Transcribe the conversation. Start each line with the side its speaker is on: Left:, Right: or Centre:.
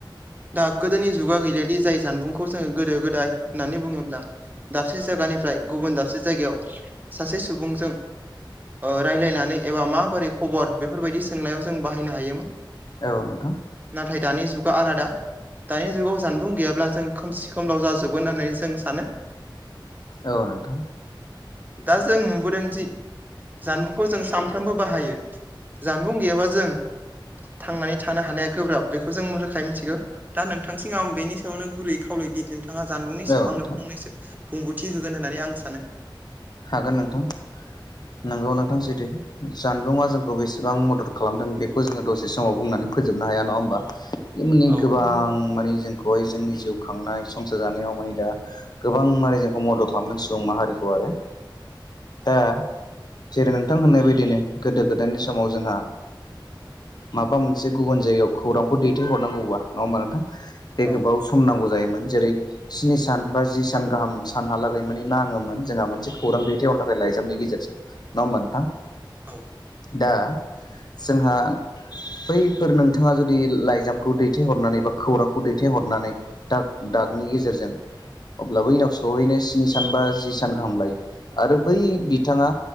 Right: दा गोदोनि जुगा गैलियादि जाय जानबुंखौ जों गोदो गोदाय होननानै बुङोब्ला दाबसे जायगानिफ्राय गुबुन दाबसे जायगायाव सासे सुबुंजों ओ रायलायनानै एबा माबोरै खबर बेफोरबायदि सोंनायाव जों बाहायनो हायोमोन।
Left: औ नोंथां
Right: नाथाय दानि जुगा आलादा दानि जुगाव जानबुं गैयाब्ला जों खोमसि खोमलाव जाजोबगोन होननानै जों सानो
Left: औ नोंथां
Right: दा जों नुबोदों जि जानबुंखौ जों सानफ्रामबो बाहायो जानबुं गैयाब्ला जों। थांनानै थानो हानाया गोब्राब बेखौ जों रोखायै मिथिगौ दा नोंथांसिम आं बेनि सायावनो गुरै खावलायोदि नोंथाङा जानबुंनि
Left: औ
Right: सायाव
Left: नोंथां
Right: आंनो फंनैसो बुंगौथि होगोन होननानै आं सानो
Left: हागोन नोंथां नोंगौ नोंथां सैदो जानबुंआ जोंखौ बेसेबां मदद खालामदों बेखौ जोङो दसे समाव बुंनानै फोजोबनो हाया नङा होमबा बे मोनै
Right: औ
Left: गोबां माने जोंखौ बेवहाय जोंनि जिउ खांनाय संसार जानायाव माने दा गोबां माने जोंखौ मदद खालामदों सुबुं माहारिखौ आरो दा जेरै नोंथां होननाय बायदिनो गोदो गोदायनि समाव जोंहा। माबा मोनसे गुबुन जायगायाव खौरांखौ दैथायहरनांगौबा नङा होमबा नोंथां
Right: औ
Left: एबाव सम सम नांगौ जायोमोन जेरै स्नि सान बा जि सान गाहाम सानहालागै माने नाङोमोन जोंहा मोन मोनसे खौरां दैथायहनो थाखाय लाइजामनि गेजेरजों नङा होमबा नोंथां
Right: औ
Left: दा जोंहा बैफोर नोंथाङा जुदि लाइजामखौ दैथायहरनानै बा खौरांखौ दैथायहरनानै दाग दागनि गेजेरजों अब्लाबो इनाव सहैनो स्नि सान बा जि सान गाहाम लायो आरो बै बिथाङा